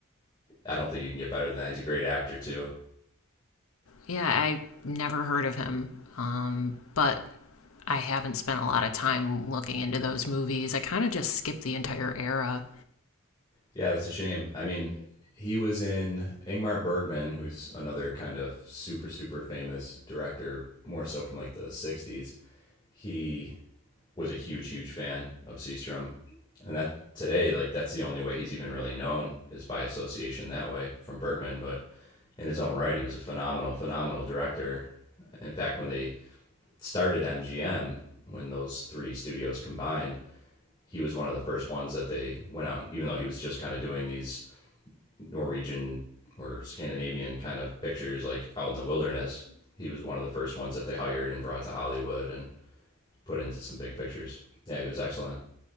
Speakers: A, on the left; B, on the left.
A: I don't think you can get better than that. He's a great actor too.
B: Yeah, I never heard of him, um, but I haven't spent a lot of time looking into those movies. I kind of just skipped the entire era.
A: Yeah, that's a shame. I mean, he was in Ingmar Bergman, who's another kind of super, super famous director, more so from like the 60s. He was a huge, huge fan of Seastrom. And that today, like, that's the only way he's even really known is by association that way from Bergman. But in his own right, he was a phenomenal, phenomenal director. In fact, when they started MGM, when those three studios combined, he was one of the first ones that they went out, even though he was just kind of doing these Norwegian or Scandinavian kind of pictures, like out in the wilderness. He was one of the first ones that they hired and brought to Hollywood and put into some big pictures. Yeah, he was excellent.